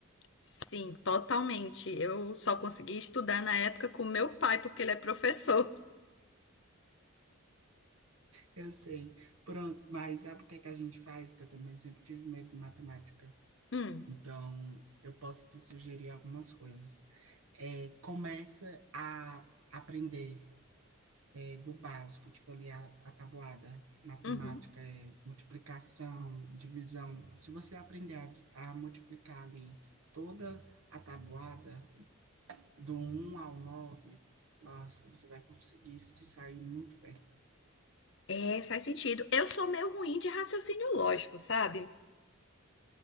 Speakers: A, on the left; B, on the right.
A: sim, totalmente. Eu só consegui estudar na época com meu pai, porque ele é professor.
B: Eu sei. Pronto, mas sabe o que é que a gente faz? Que eu também sempre tive medo de matemática.
A: Hum,
B: Então, eu posso te sugerir algumas coisas. É, começa a aprender é, do básico, tipo ali a, a tabuada, matemática,
A: uhum.
B: é, multiplicação, divisão. Se você aprender a a multiplicar ali toda a tabuada, do um ao 9, nossa, você vai conseguir se sair muito bem.
A: É, faz sentido. Eu sou meio ruim de raciocínio lógico, sabe?